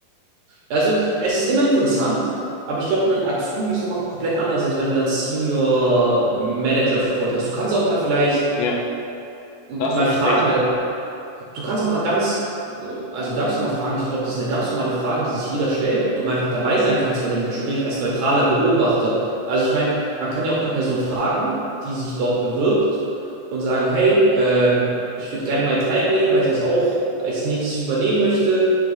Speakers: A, on the right (about 70°); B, on the left (about 80°).
A: Also, es ist immer interessant, aber ich glaube, ein Azubi ist nochmal komplett anders, als wenn du dann Senior Manager vor dir hast. Du kannst auch mal vielleicht
B: Ja, da hast
A: mal
B: du echt
A: fragen
B: recht.
A: bei du kannst auch mal ganz, äh, also ganz normal fragen. Ich glaube, das ist eine ganz normale Frage, die sich jeder stellt, ob du mal einfach dabei sein kannst bei einem Gespräch als neutraler Beobachter. Also ich meine, man kann ja auch die Person fragen, die sich dort bewirbt und sagen, hey, ähm, ich würde gerne mal teilnehmen, weil ich das auch als nächstes übernehmen möchte.